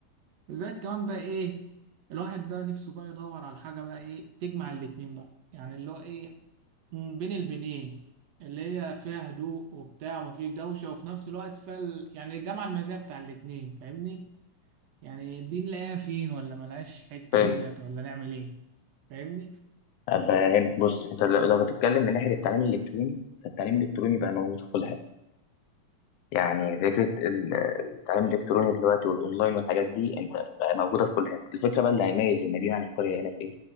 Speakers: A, on the right; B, on the left.
A: زائد كمان بقى إيه الواحد بقى نفسه بقى يدور على حاجة بقى إيه تجمع الاتنين بقى يعني اللي هو إيه م- بين البنين اللي هي فيها هدوء وبتاع ومفيش دوشة وفي نفس الوقت فيها ال... يعني جمع المزايا بتاع الاتنين فاهمني يعني دي نلاقيها فين ولا ملهاش حتة
B: فاهم
A: ديت ولا نعمل ايه فاهمني
B: فهنا بص انت لو لو بتتكلم من ناحيه التعليم الالكتروني فالتعليم الالكتروني بقى موجود في كل حته يعني فكره ال- التعليم الالكتروني دلوقتي والاونلاين والحاجات دي انت بقى موجوده في كل حته الفكره بقى اللي هيميز المدينه عن القريه هنا في ايه؟